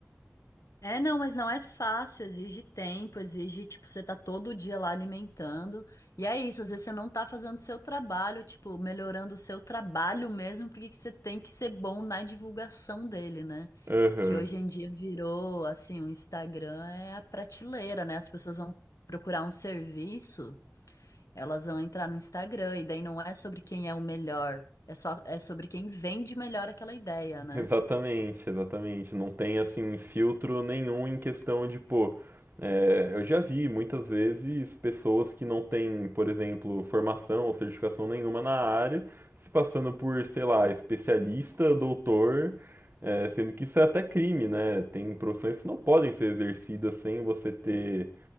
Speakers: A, on the left; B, on the right.
A: É, não, mas não é fácil, exige tempo, exige, tipo, você tá todo dia lá alimentando. E é isso, às vezes você não tá fazendo o seu trabalho, tipo, melhorando o seu trabalho mesmo, porque que você tem que ser bom na divulgação dele, né?
B: Aham.
A: que hoje em dia virou assim, o Instagram é a prateleira, né? As pessoas vão procurar um serviço, elas vão entrar no Instagram e daí não é sobre quem é o melhor, é só é sobre quem vende melhor aquela ideia,
B: <laughs>
A: né?
B: Exatamente, exatamente. Não tem assim filtro nenhum em questão de, pô, é, eu já vi muitas vezes pessoas que não têm, por exemplo, formação ou certificação nenhuma na área, se passando por, sei lá, especialista, doutor, é, sendo que isso é até crime, né? Tem profissões que não podem ser exercidas sem você ter